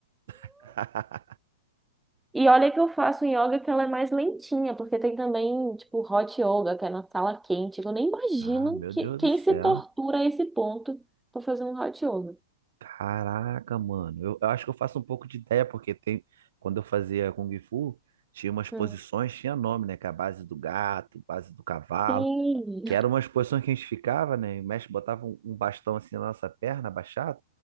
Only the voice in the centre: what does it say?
E olha que eu faço um yoga que ela é mais lentinha, porque tem também, tipo, hot yoga, que é na sala quente. Eu nem imagino
que,
quem
se tortura a esse ponto pra fazer um hot yoga.
Hum.
Sim.